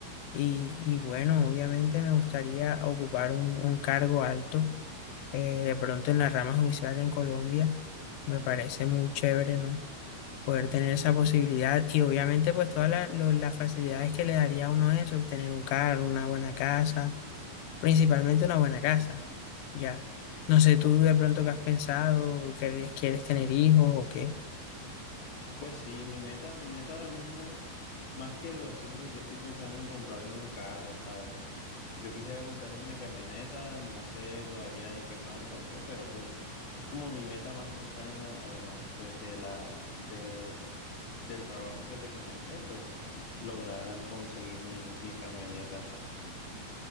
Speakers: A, on the left; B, on the left.
A: y, y bueno, obviamente me gustaría ocupar un, un cargo alto, eh, de pronto en la rama judicial en Colombia. Me parece muy chévere, ¿no? Poder tener esa posibilidad y obviamente pues todas la- lo- las facilidades que le daría a uno eso, obtener un cargo, una buena casa Principalmente una buena casa, ya. No sé tú de pronto qué has pensado, que quieres tener hijos o qué.
B: Pues sí, mi meta, mi meta ahora mismo, más que los hijos, yo estoy pensando en comprarme un carro, ¿sabes? Yo quisiera comprarme una camioneta, no sé todavía de qué marca o qué, pero pues es como mi meta más cercana, además, pues de la, de, del trabajo que te comenté, pues lograr conseguir mi, mi camioneta.